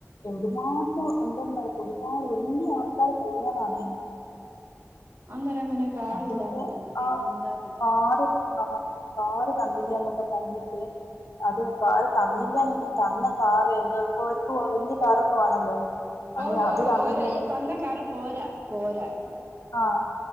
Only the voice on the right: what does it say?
അന്തരാൻ പിന്നെ കാറില്ലാന്ന്
പറഞ്ഞിട്ട്
എന്താ കഥ
ഓ
ഓ
ഓരോ ഈ തന്ന കാറ് പോരാ പോരാ